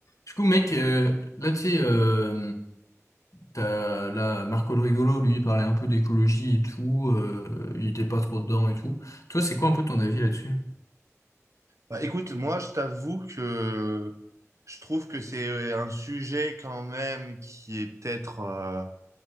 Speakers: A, on the left (about 75°); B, on the right (about 65°).
A: Du coup, mec, euh, là, tu sais, euh, t'as, là, Marco le Rigolo, lui, il parlait un peu d'écologie et tout, euh, il était pas trop dedans et tout. Toi, c'est quoi un peu ton avis là-dessus?
B: Bah, écoute, moi, je t'avoue que je trouve que c'est euh, un sujet quand même qui est peut-être euh,